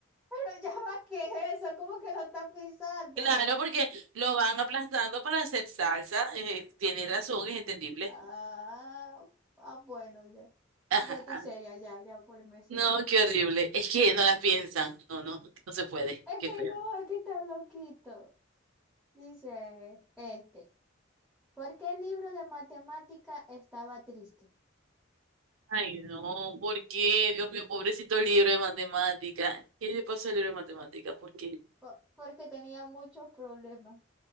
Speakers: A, in the centre; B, on the right.
A: Pero ya va, ¿qué es eso? ¿Cómo que lo está pisando?
B: Claro, porque lo van aplastando para hacer salsa. eh, tienes razón, es entendible.
A: Ah, ah, bueno, ya.
B: Ajá.
A: Ya estoy seria, ya, ya ponme seria.
B: No, qué horrible. Es que
A: <laughs>
B: no las piensan. No, no, no se puede.
A: Es
B: Qué
A: que
B: feo.
A: no, es que está loquito. Dice este. ¿Por qué el libro de matemática estaba triste?
B: Ay, no, ¿por qué? Dios mío, pobrecito libro de matemática. ¿Qué le pasó al libro de matemática? ¿Por qué?
A: Po- porque tenía muchos problemas.